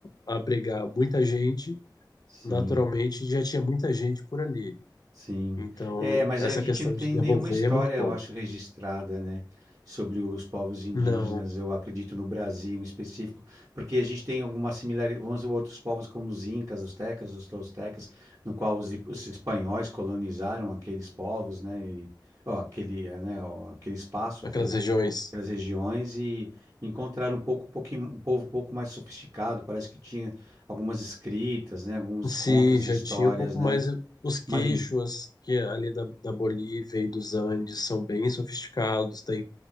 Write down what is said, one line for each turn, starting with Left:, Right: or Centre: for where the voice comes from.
Left: abrigar muita gente,
Right: sim.
Left: naturalmente já tinha muita gente por ali.
Right: Sim.
Left: Então,
Right: É, mas
Left: essa
Right: a gente
Left: questão
Right: não tem
Left: de devolver
Right: nenhuma história,
Left: é muito
Right: eu
Left: bom.
Right: acho, registrada, né, sobre os povos indígenas,
Left: Não,
Right: eu acredito no Brasil em específico, porque a gente tem alguma similaridade, vamos dizer, outros povos como os incas, os tecas, os toltecas, no qual os, os espanhóis colonizaram aqueles povos, né, e, ó, aquele, é, né, ó, aquele espaço,
Left: aquelas
Right: aquele,
Left: regiões.
Right: aquelas regiões e encontraram um pouco, um pouquinho, um povo um pouco mais sofisticado, parece que tinha algumas escritas, né, alguns
Left: Sim,
Right: contos
Left: já
Right: e histórias,
Left: tinha um pouco
Right: né,
Left: mais. eh, Os queixos
Right: uma língua.
Left: que é ali da, da Bolívia e dos Andes são bem sofisticados. Tem,